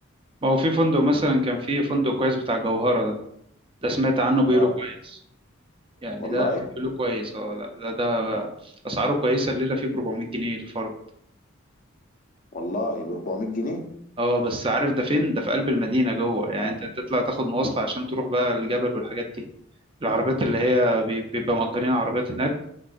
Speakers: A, on the right; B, on the left.
A: ما هو في فندق مثلا كان في فندق كويس بتاع جوهرة ده ده سمعت عنه بيقولوا
B: اه
A: كويس يعني
B: والله
A: ده بيقولوا كويس اه لا ده ده اسعاره كويسة الليلة فيه ب 400 جنيه الفرد
B: والله ب 400 جنيه
A: اه بس عارف ده فين ده في قلب المدينة جوه يعني
B: اه
A: انت تطلع تاخد مواصلة عشان تروح بقى الجبل والحاجات دي العربيات اللي هي بي- بيبقى مأجرين عربيات هناك